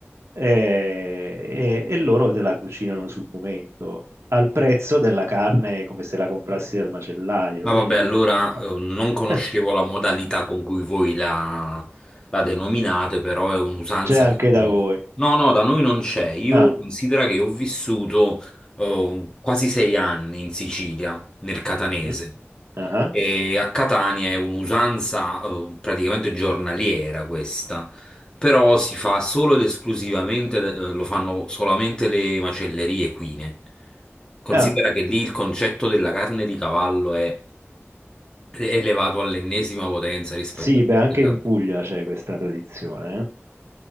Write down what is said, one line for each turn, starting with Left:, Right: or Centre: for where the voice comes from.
Right: e, e- e loro te la cucinano sul momento, al prezzo della carne come se la comprassi dal macellaio.
Left: Ma
Right: Quindi
Left: vabbè,
Right: tu
Left: allora
Right: dici, ma
Left: eh, non conoscevo
Right: <laughs>
Left: la modalità con cui voi la, la denominate, però è un'usanza
Right: c'è anche
Left: che conosco.
Right: da voi.
Left: No, no, da noi non c'è. Io
Right: Ah,
Left: considero che ho vissuto eh, quasi sei anni in Sicilia, nel catanese.
Right: mhm, ah,
Left: E a Catania è un'usanza eh, praticamente giornaliera questa, però si fa solo ed esclusivamente, eh, lo fanno solamente le macellerie equine. Considera
Right: ah.
Left: che lì il concetto della carne di cavallo è elevato all'ennesima potenza rispetto
Right: Sì,
Left: a tutti
Right: beh, anche
Left: gli
Right: in
Left: altri.
Right: Puglia c'è questa tradizione, eh,